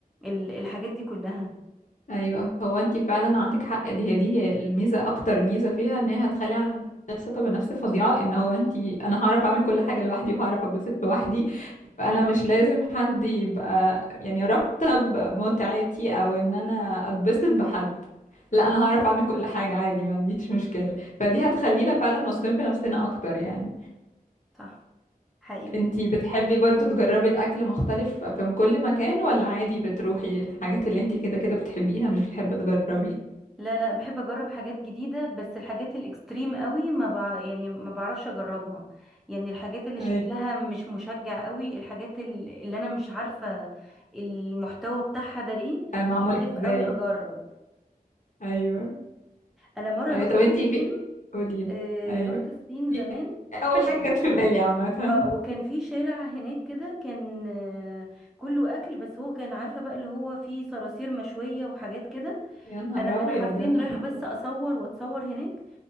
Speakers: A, in the centre; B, on the left.
A: ال- الحاجات دي كلها
B: ايوه هو انت فعلا عندك حق دي هي دي هي الميزه اكتر ميزه فيها ان هي هتخلي عندك ثقه بالنفس فظيعه ان هو انت انا هعرف اعمل كل حاجه لوحدي وهعرف اتبسط لوحدي فانا مش لازم حد يبقى يعني رابطه بمتعتي او ان انا اتبسط بحد
A: مهم.
B: لا انا هعرف اعمل كل حاجه عادي ما عنديش مشكله فدي هتخلينا فعلا واثقين في نفسنا اكتر يعني
A: صح حقيقي
B: انت بتحبي برضو تجربي الاكل مختلف في كل مكان ولا عادي بتروحي للحاجات اللي انت كده كده بتحبيها مش بتحبي تجربي
A: لا لا بحب اجرب حاجات جديده بس الحاجات الاكستريم قوي ما بع... يعني ما بعرفش اجربها يعني الحاجات اللي
B: ايوه
A: شكلها مش مشجع قوي الحاجات ال- اللي انا مش عارفه المحتوى بتاعها ده ايه
B: آه، معمولة
A: بخاف
B: ازاي
A: قوي اجرب
B: ايوه
A: انا مره
B: ايوه
A: رحت
B: طب انتي
A: الصين
B: في قوليلي
A: آه
B: ايوه
A: رحت الصين
B: في-
A: زمان
B: اول حاجة
A: و-
B: جت في بالي عامة <laughs>
A: اه وكان في شارع هناك كده كان آه كله اكل بس هو كان عارفه بقى اللي هو فيه صراصير مشويه وحاجات كده
B: يا نهار
A: انا انا
B: ابيض
A: حرفيا
B: يا نهار
A: رايحه
B: أبيض.
A: بس اصور واتصور هناك